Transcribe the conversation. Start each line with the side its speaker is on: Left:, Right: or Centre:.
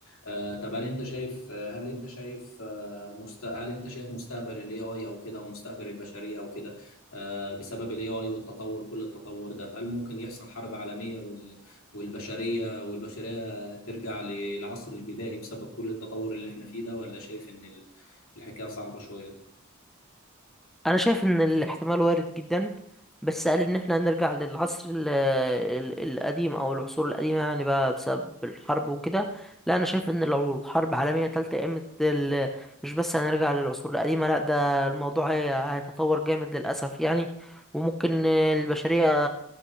Left: آه، طب هل انت شايف آه، هل انت شايف آه، مست... هل انت شايف مستقبل الاي اي او كده ومستقبل البشريه او كده آه، بسبب الاي اي والتطور كل التطور ده هل ممكن يحصل حرب عالميه وال... والبشريه والبشريه ترجع للعصر البدائي بسبب كل التطور اللي احنا فيه ده ولا شايف ان ال- الحكايه صعبه شويه
Centre: انا شايف ان الاحتمال وارد جدا بس قال ان احنا هنرجع للعصر ال- ال- القديم او العصور القديمه يعني بقى بسبب الحرب وكده لا انا شايف ان لو الحرب عالميه تالتة قامت ال- مش بس هنرجع للعصور القديمه لا ده الموضوع هي- هيتطور جامد للاسف يعني وممكن البشريه